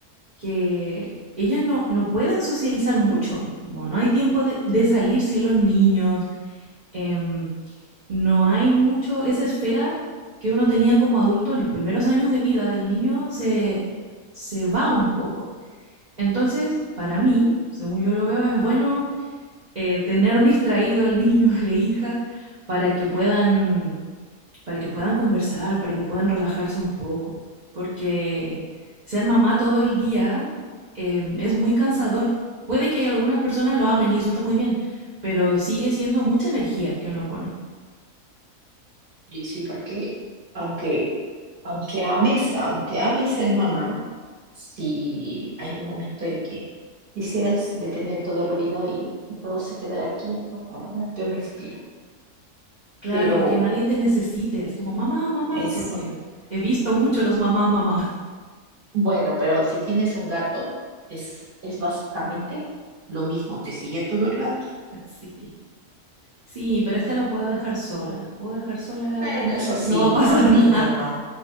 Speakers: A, on the right (about 85°); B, on the right (about 45°).
A: que ellas no, no pueden socializar mucho, como no hay tiempo de, de salir sin los niños, em, no hay mucho, esa esfera que uno tenía como adulto en los primeros años de vida del niño se, se va un poco. Entonces, para mí, según yo lo veo, es bueno eh, tener distraído al niño, <laughs> a la hija, para que puedan, para que puedan conversar, para que puedan relajarse un poco. Porque ser mamá todo el día em, es muy cansador. Puede que algunas personas lo amen y eso está muy bien, pero sigue siendo mucha energía que uno pone.
B: Y Sí, porque aunque, aunque ames, aunque ames ser mamá, si hay un momento en que quisieras detener todo el ruido y que todo se quedara quieto para darte un respiro.
A: Claro,
B: Pero
A: o que nadie te necesite, así como mamá, mamá,
B: eso,
A: porque he visto mucho los mamá, mamá.
B: bueno, pero si tienes un gato, es, es básicamente lo mismo, te sigue a todos lados.
A: <laughs> Sí. Sí, pero esta la puedo dejar sola. Puedo dejar sola a la gata,
B: Bueno, eso sí,
A: no va a pasar
B: a un
A: <laughs>
B: niño
A: nada.
B: no.